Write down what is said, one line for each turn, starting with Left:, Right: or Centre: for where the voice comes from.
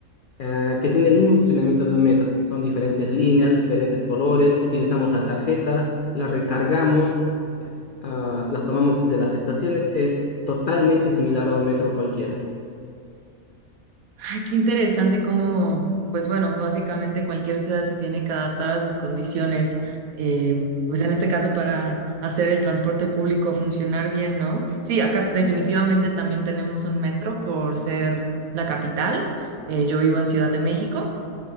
Left: eh, que tiene el mismo funcionamiento de un metro. Son diferentes líneas, diferentes colores, utilizamos la tarjeta, la recargamos, eh, ah, las tomamos desde las estaciones. Es totalmente similar a un metro cualquiera.
Right: Ay, qué interesante cómo, pues bueno, básicamente cualquier ciudad se tiene que adaptar a sus condiciones, eh, pues en este caso para hacer el transporte público funcionar bien, ¿no? Sí, acá definitivamente también tenemos un metro por ser la capital. Eh, yo vivo en Ciudad de México,